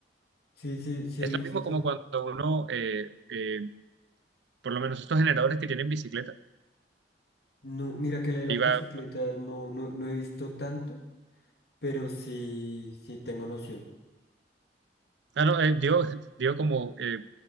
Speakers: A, on the left (about 65°); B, on the right (about 85°).
A: Sí, sí, sí
B: Es
A: he visto.
B: lo mismo como cuando uno, eh, eh, por lo menos estos generadores que tienen bicicleta,
A: No, mira que la de las
B: iba,
A: bicicletas no, no, no he visto tanto, pero sí, sí tengo noción.
B: ah, no, eh, digo, <laughs> digo como, eh,